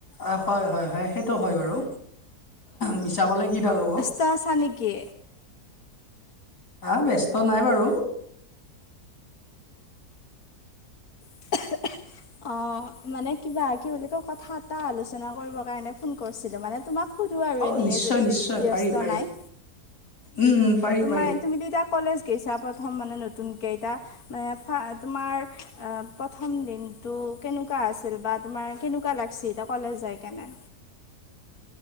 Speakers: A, on the left (about 85°); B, on the left (about 65°).
A: অ হয় হয় হয় সেইটো হয় বাৰু মিছা ক'লে কিডাল হ'ব।
B: তা ছা নেকি।
A: হা ব্যস্ত নাই বাৰু।
B: <unintelligible> অ মানে কিবা কি বুলি কয় কথা এটা আলোচনা কৰিবৰ কাৰণে ফোন কৰছিলো মানে তোমাক। শুধো আৰু
A: অ
B: এনেই
A: নিশ্চয়
B: যদি
A: নিশ্চয়
B: ব্যস্ত
A: পাৰি পাৰি
B: নাই।
A: উম -উম, পাৰি
B: তোমাৰ
A: পাৰি
B: তুমিতো এতিয়া কলেজ গৈছা প্ৰথম মানে নতুনকে এইটা। মানে ফা তোমাৰ আ প্ৰথম দিনটো কেনেকুৱা আছিল বা? তোমাৰ কেনেকুৱা লাগছি এতিয়া কলেজ যায় কেনে।